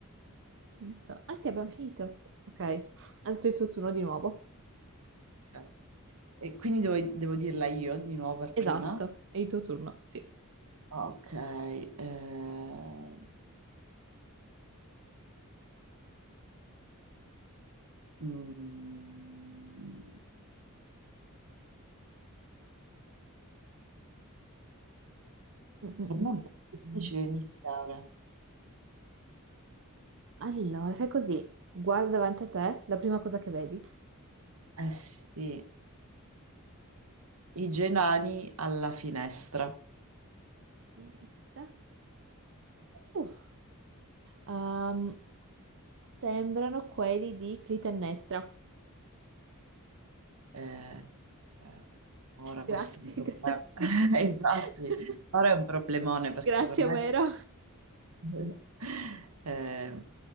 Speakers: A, on the right; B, on the right.
A: Tanto- Ah sì, abbiamo finito. Ok, adesso è il tuo turno di nuovo.
B: Ok. E quindi devo, devo dirla io di nuovo per
A: Esatto,
B: prima.
A: è il tuo turno, sì.
B: Ok. eh, mm,
A: Mm, mm,
B: per
A: mm,
B: me è un po' difficile
A: mm.
B: iniziare.
A: Allora, fai così. Guarda davanti a te la prima cosa che vedi.
B: Eh sì. I genani alla finestra.
A: Finestra. Uh, um, sembrano quelli di Clitemnestra.
B: Eh, eh, ora questo
A: Grazie,
B: è un problema.
A: grazie.
B: <laughs> E Infatti,
A: <laughs>
B: ora è un problemone perché
A: Grazie,
B: con
A: Omero.
B: est... <laughs> eh,